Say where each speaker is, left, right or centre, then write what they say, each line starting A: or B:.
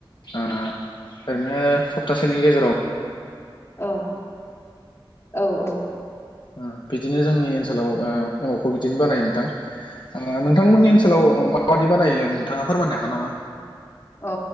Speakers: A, on the left (about 60°); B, on the left (about 35°).
A: नो ओरैनो सब सप्तासेनि गेजेराव
B: औ औ औ
A: अ बि बिदिनो जोंनि ओनसोलाव एमावखौ बिदिनो बानायो नोंथां नोंथांमोननि ओनसोलाव माबादि बानायो नोंथाङा फोरमायनो हागोन नामा?
B: अ